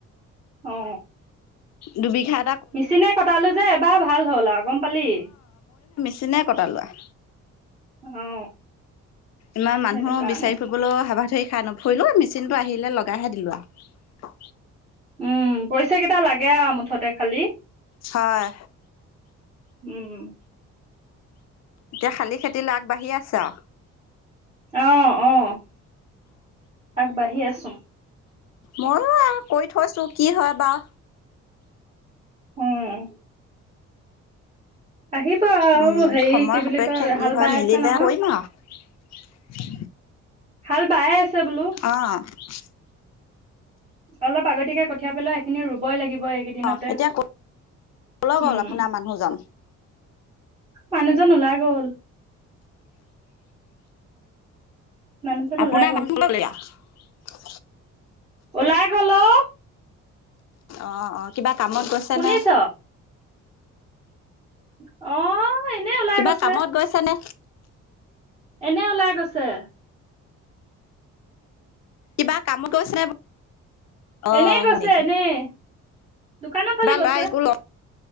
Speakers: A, on the right (about 20°); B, on the left (about 60°).
A: অ
B: দুবিঘাত
A: মিচিনে কটালো যে এবাৰ ভাল হল আৰু গম পালি
B: চিনে কটা লোৱা আ
A: অ
B: ইমান মানুহো
A: সেইটো কাৰণে
B: বিচাৰি ফুৰিবলৈও সাৱাথুৰি। খাই নুফুৰিলো মেচিনটো আহিলে লগাইহে দিলো আহ
A: উম পইচা কেইটা লাগে আ মুঠতে খালি
B: হয়
A: উম উম
B: এতিয়া খালী খেতি আগবাঢ়ি আছে আ
A: অ অ আগবাঢ়ি আছো <unintelligible>
B: ময়ো আৰু কৰি থৈছো কি হয় বাৰ্
A: উম উম আহিব আৰু
B: উম
A: হেৰি
B: সময়
A: কি
B: সাপেক্ষে
A: বুলি কয়
B: কি
A: হাল
B: হয়
A: বাই
B: মিলিলে
A: আছে নহয়।
B: কৰিম আৰু <unintelligible>
A: হাল বায়ে আছে। বোলো
B: অ চ
A: অলপ আগতিকে কঠিয়াই পেলাই সেইখিনি ৰুবই লাগিব এইকেইদিনতে
B: অ এতিয়া কলৈ গ'ল
A: উম
B: আপোনাৰ মানুহজন
A: মানুহজন ওলাই গ'ল মানুহজন
B: আপোনাৰ
A: ওলাই
B: মানুহ গ'ল এতিয়া
A: ওলাই গ'ল অ
B: অ অ কিবা কামত গৈছে
A: শুনিছ
B: নে
A: অ এনে ওলাই
B: কিবা
A: গৈছে
B: কামত গৈছ নে
A: এনে ওলাই গৈছে
B: কিবা কামত গৈছে নে অ
A: এনেই গৈছে
B: হয় নেকি
A: এনেই দোকানৰ
B: কিবা
A: ফালে গৈছে
B: ল'ৰা স্কুল